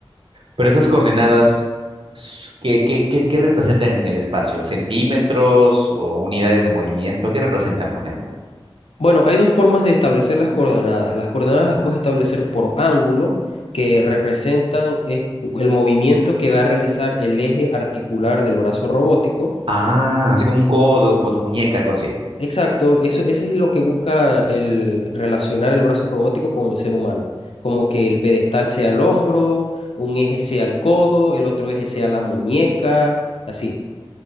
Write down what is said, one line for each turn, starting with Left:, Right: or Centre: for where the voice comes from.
Right: Pero esas coordenadas, s- ¿qué, qué, qué, qué representan en el espacio? ¿Centímetros o unidades de movimiento? ¿Qué representan, por ejemplo?
Left: Bueno, hay dos formas de establecer las coordenadas. Las coordenadas las puedes establecer por ángulo, que representan eh, el movimiento que va a realizar el eje articular del brazo robótico
Right: Ah, así como un codo, como tu muñeca, algo así.
Left: Exacto, eso, eso es lo que busca el relacionar el brazo robótico con el ser humano, como que el pedestal sea el hombro, un eje sea el codo, el otro eje sea la muñeca, así.